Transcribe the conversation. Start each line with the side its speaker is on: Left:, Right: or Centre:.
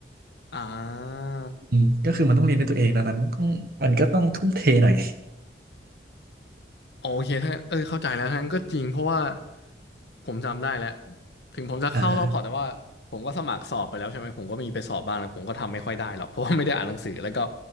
Left: อ่า
Right: อืมก็คือมันต้องเรียนด้วยตัวเองดังนั้นต้องมันก็ต้องทุ่มเทหน่อย
Left: อ๋อโอเคถ้างั้นเออเข้าใจแล้วทั้งนั้นก็จริงเพราะว่าผมจำได้แล้วถึงผมจะเข้ารอบพอร์ตแต่ว่าผมก็สมัครสอบไปแล้วใช่ไหมผมก็มีไปสอบบ้างแล้วผมก็ทำไม่ค่อยได้หรอกเพราะว่าไม่ได้อ่านหนังสือแล้วก็
Right: อ่าฮะ